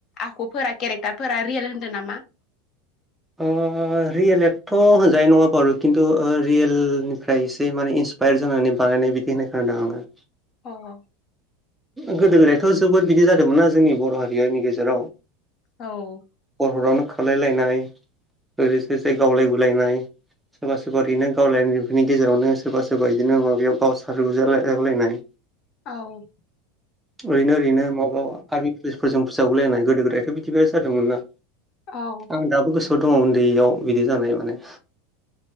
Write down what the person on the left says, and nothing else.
आखुफोरा केरेक्टारफोरा रियेल होन्दों नामा?
औ औ
औ
औ
औ